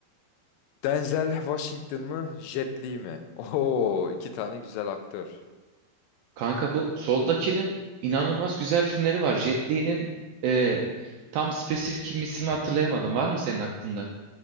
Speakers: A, on the left; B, on the right.
A: Denzel Washington mı, Jet Li mi? <laughs> Oo, iki tane güzel aktör.
B: Kanka bu soldakinin inanılmaz güzel filmleri var. Jet Li'nin e, tam spesifik kim ismini hatırlayamadım. Var mı senin aklında?